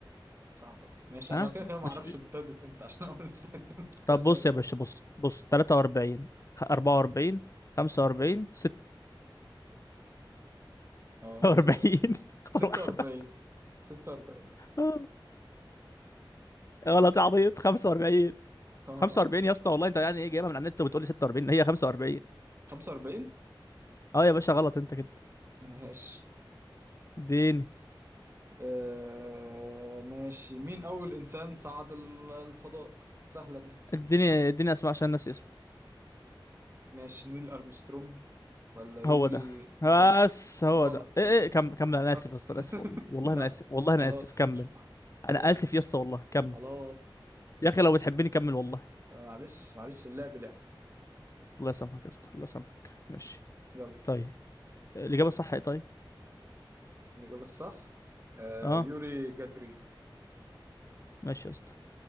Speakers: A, on the right; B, on the left.
A: صعبة دي ماشي
B: ها
A: انا كده كده ما
B: مش
A: اعرفش ابتدت امتى عشان اقول ابتدت امتى
B: طب
A: يلا
B: بص يا باشا بص بص 43 44 45
A: اه
B: 46
A: س...
B: <laughs> اختار
A: 46
B: واحده
A: 46
B: آه، غلط يا عبيط 45
A: اه
B: 45 يا اسطى والله انت يعني ايه جايبها من على النت وبتقول لي 46 هي 45
A: 45
B: اه يا باشا غلط انت كده.
A: ماشي
B: اديني
A: آه... ماشي مين اول انسان صعد ال- الفضاء سهلة دي
B: اديني اديني اسمع عشان ناسي اسمه
A: ماشي نيل أرمسترونج ولا يوري
B: هو ده
A: غلط
B: بس هو
A: غلط
B: ده ايه
A: غ-
B: ايه كم كمل انا
A: أر...
B: اسف يا اسطى انا
A: <laughs>
B: اسف والله والله انا
A: لا
B: اسف والله انا
A: خلاص
B: اسف كمل
A: مش مع... خلاص
B: انا اسف يا اسطى والله كمل
A: خلاص خلاص
B: يا اخي لو بتحبني كمل والله
A: آه، معلش معلش اللعب لعب
B: الله يسامحك يا اسطى الله يسامحك ماشي
A: يلا
B: طيب الاجابه الصح ايه طيب
A: الإجابة الصح آه
B: اه
A: يوري جاجرين
B: ماشي يا اسطى